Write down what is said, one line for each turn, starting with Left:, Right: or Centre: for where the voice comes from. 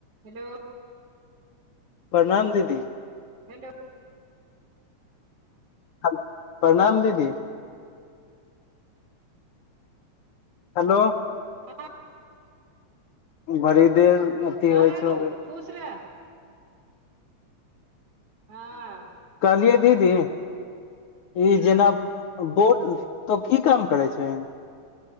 Right: hello
Left: परणाम दीदी
Right: हेलो
Left: हलो परणाम दीदी हलो
Right: हँ
Left: बरी देर अथी
Right: हँ
Left: होइ
Right: राजू
Left: छौ
Right: खुश रह हँ
Left: कहलिय दीदी ई
Right: हँ
Left: जेना बोर्ड तो की काम करै छै